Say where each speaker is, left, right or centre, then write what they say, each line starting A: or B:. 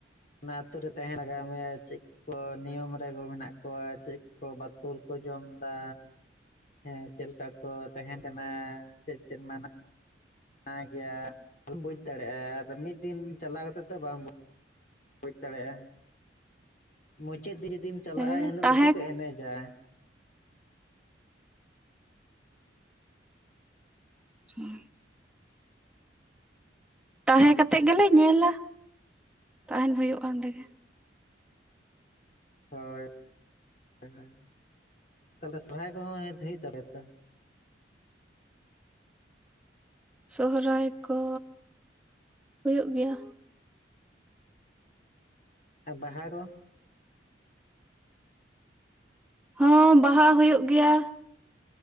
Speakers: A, on the left; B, in the centre.
A: ᱚᱱᱟ ᱟᱹᱛᱩ ᱨᱮ ᱛᱟᱦᱮᱸ ᱞᱟᱜᱟᱣ ᱢᱮᱭᱟ ᱪᱮᱫ ᱠᱚ ᱱᱤᱭᱚᱢ ᱨᱮᱜᱮ ᱢᱮᱱᱟᱜ ᱠᱚᱣᱟ ᱪᱮᱫ ᱠᱚ ᱵᱟᱛᱚᱞ ᱠᱚ ᱡᱚᱢ ᱮᱫᱟ᱾ ᱦᱮᱸ ᱪᱮᱫ ᱞᱮᱠᱟ ᱠᱚ ᱛᱟᱦᱮᱱ ᱠᱟᱱᱟ ᱪᱮᱫ ᱪᱮᱫ ᱢᱟᱱᱟ -ᱱᱟ ᱜᱮᱭᱟ ᱵᱟᱢ ᱵᱩᱡᱽ ᱫᱟᱲᱮᱭᱟᱜᱼᱟ ᱟᱫᱚ ᱢᱤᱫ ᱫᱤᱱ ᱪᱟᱞᱟᱣ ᱠᱟᱛᱮ ᱫᱚ ᱵᱟᱢ ᱵᱩᱡᱽ ᱫᱟᱲᱮᱭᱟᱜᱼᱟ ᱢᱩᱪᱟᱹᱫ ᱨᱮ ᱡᱩᱫᱤᱢ ᱪᱟᱞᱟᱜᱼᱟ
B: ᱦᱮᱸ
A: ᱮᱱᱦᱤᱞᱳᱜ
B: ᱛᱟᱦᱮᱸ
A: ᱥᱩᱫᱩ ᱠᱚ ᱮᱱᱮᱡᱟ᱾
B: ᱦᱩᱸ ᱛᱟᱦᱮᱸ ᱠᱟᱛᱮᱜ ᱜᱮᱞᱮ ᱧᱮᱞᱟ᱾ ᱛᱟᱦᱮᱱ ᱦᱩᱭᱩᱜ-ᱟ ᱚᱸᱰᱮ ᱜᱮ᱾
A: ᱦᱳᱭ <unintelligible> ᱛᱟᱦᱚᱞᱮ ᱥᱚᱨᱦᱟᱭ ᱠᱚᱦᱚᱸ <unintelligible> ᱛᱟᱯᱮᱭᱟ ᱛᱚ?
B: ᱥᱚᱦᱨᱟᱭ ᱠᱚ ᱦᱩᱭᱩᱜ ᱜᱮᱭᱟ᱾
A: ᱟᱨ ᱵᱟᱦᱟ ᱫᱚ?
B: ᱦᱚᱸ ᱵᱟᱦᱟ ᱦᱩᱭᱩᱜ ᱜᱮᱭᱟ᱾